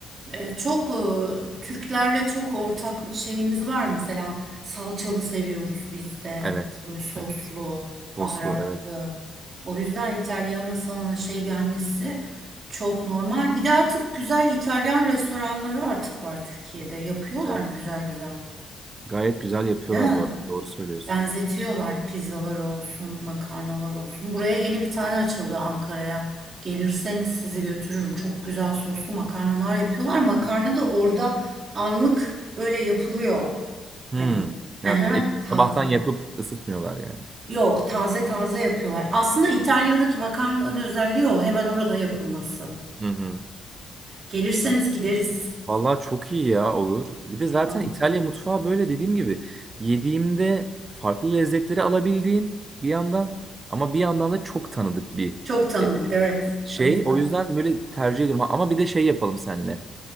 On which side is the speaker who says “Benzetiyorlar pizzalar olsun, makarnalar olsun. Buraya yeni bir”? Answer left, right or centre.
Right